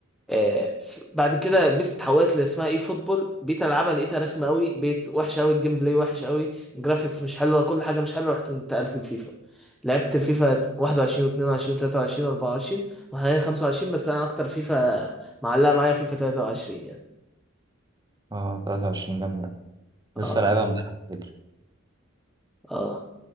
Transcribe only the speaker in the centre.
آه، ف- بعد كده بيس اتحولت اللي اسمها اي فوتبول بقيت العبها لقيتها رخمه قوي بقيت وحشه قوي الجيم بلاي وحش قوي الجرافيكس مش حلوه كل حاجه مش حلوه رحت انتقلت لفيفا لعبت فيفا 21 و22 و23 و24 وحاليا 25 بس انا اكتر فيفا معلقه معايا فيفا 23 يعني
اه
اه